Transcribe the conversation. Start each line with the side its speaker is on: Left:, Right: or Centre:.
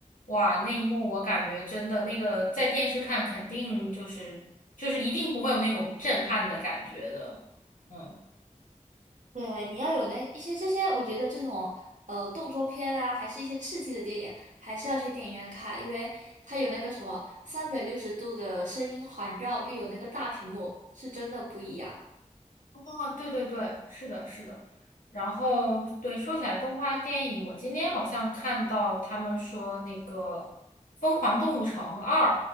Left: 哇，那一幕我感觉真的那个在电视看肯定就是就是一定不会有那种震撼的感觉的，嗯。
Right: 对，你要有那一些这些，我觉得这种呃动作片啊，还是一些刺激的电影，还是要去电影院看，因为它有那个什么三百六十度的声音环绕，又有那个大屏幕，是真的不一样
Left: 哦，对对对，是的，是的。然后，对，说起来动画电影，我今天好像看到他们说那个《疯狂动物城二》